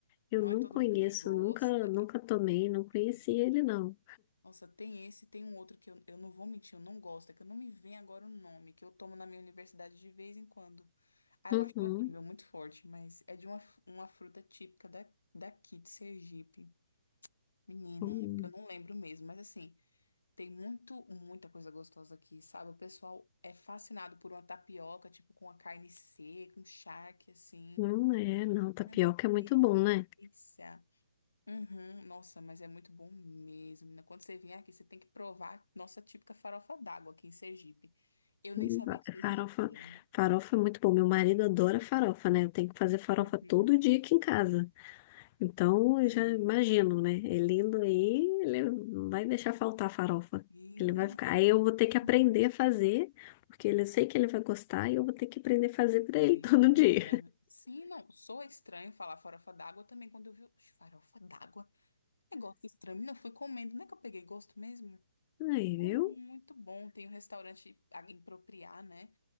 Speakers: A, on the left (about 30°); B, on the left (about 80°).
A: Eu
B: Não é
A: não
B: todo
A: conheço,
B: mundo que gosta.
A: nunca, nunca
B: E,
A: tomei, não conheci
B: é.
A: ele, não.
B: Nossa, tem esse, tem um outro que eu, eu não vou mentir, eu não gosto. É que eu não me vem agora o nome, que eu tomo na minha universidade de vez em quando. Ah,
A: Uhum.
B: eu acho horrível, muito forte, mas é de uma, uma fruta típica da, daqui, de Sergipe. Menina,
A: Hum,
B: é porque eu não lembro mesmo, mas assim, tem muito, muita coisa gostosa aqui, sabe? O pessoal é fascinado por uma tapioca, tipo, com a carne seca, um charque, assim.
A: hum, é, não, tapioca
B: Uma
A: é muito
B: delícia.
A: bom, né?
B: Uhum, nossa, mas é muito bom mesmo, menina. Quando você vier aqui, você tem que provar nossa típica farofa d'água aqui em Sergipe. Eu nem
A: Hum,
B: sabia que isso
A: Farofa,
B: existia.
A: farofa é muito bom. Meu marido adora farofa, né? Eu tenho que fazer farofa
B: Uhum.
A: todo dia aqui em casa. Então, eu
B: Sim.
A: já imagino, né? Elindo aí, ele não vai deixar faltar farofa.
B: E
A: Ele
B: não
A: vai ficar.
B: tem.
A: Aí eu vou ter que aprender
B: Uhum.
A: a fazer, porque ele- eu sei que ele vai gostar e eu vou ter que aprender a fazer pra
B: É,
A: ele
B: menina,
A: <laughs> todo dia.
B: sim, não, sou estranho falar farofa d'água também, quando eu vi, oxe, farofa d'água, negócio estranho, não fui comendo, não é que eu peguei gosto mesmo?
A: Aí, viu?
B: É muito bom, tem um restaurante a- em Propriá, né,